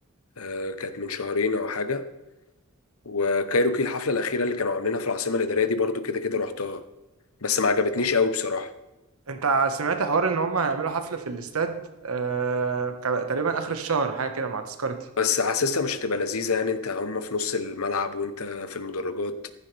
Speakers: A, on the left (about 80°); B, on the right (about 90°).
A: آه، كانت من شهرين او حاجه وكايروكي الحفله الاخيره اللي كانوا عاملينها في العاصمه الاداريه دي برضو كده كده رحتها بس ما عجبتنيش قوي بصراحه
B: انت سمعت حوار ان هم هيعملوا حفلة في الاستاد آه ك- تقريبا اخر الشهر حاجة كده مع تذكرتي
A: بس حاسسها مش هتبقى لذيذة يعني انت هم في نص الملعب وانت في المدرجات